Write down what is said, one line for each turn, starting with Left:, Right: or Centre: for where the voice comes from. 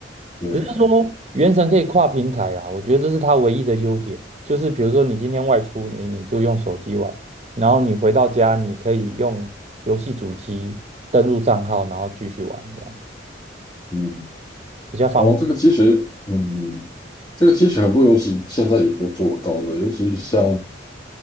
Left: 对，
Right: 只是说原神可以跨平台啊，我觉得这是它唯一的优点。就是比如说你今天外出，你你就用手机玩，然后你回到家，你可以用游戏主机登录账号，然后继续玩，这样
Left: 嗯，
Right: 比较方便。
Left: 哦，这个其实，嗯，这个其实很多游戏现在也都做得到的，尤其像